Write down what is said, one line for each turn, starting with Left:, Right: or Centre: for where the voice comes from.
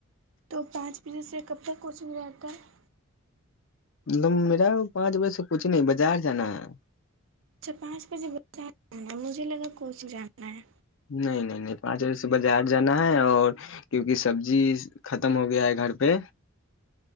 Right: تو پانچ پھر جس سے کب تک کوچنگ رہتا ہے
Left: م میرا پانچ بجے سے کچھ نہیں بازار جانا ہے
Right: اچھا پانچ بجے با مجھے لگا کون س جانا ہے
Left: نہیں نہیں نہیں پانچ بجے سے بازار جانا ہے اور کیونکہ سبزی ختم ہو گیا ہے گھر پہ